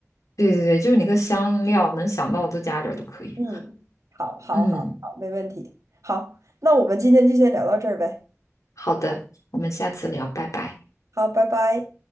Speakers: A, on the left (about 85°); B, on the right (about 75°).
A: 对对对，就是你个香料能想到的都加点儿都可以。
B: 嗯，好，好，
A: 嗯，
B: 好，好，没问题。好，那我们今天就先聊到这儿呗。
A: 好的，我们下次聊，拜拜。
B: 好，拜拜。